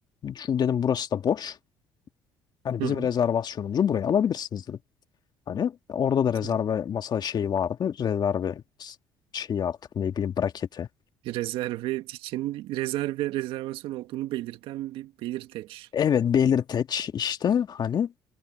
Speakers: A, on the left (about 50°); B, on the right (about 75°).
A: Çünkü dedim burası da boş. Hani
B: Hı
A: bizim
B: hı.
A: rezervasyonumuzu buraya alabilirsiniz dedim. Hani orada da
B: Tamam.
A: rezerve masa şeyi vardı. Rezerve şeyi artık ne bileyim braketi.
B: Rezerve için rezerve rezervasyon olduğunu belirten bir belirteç.
A: Evet belirteç işte hani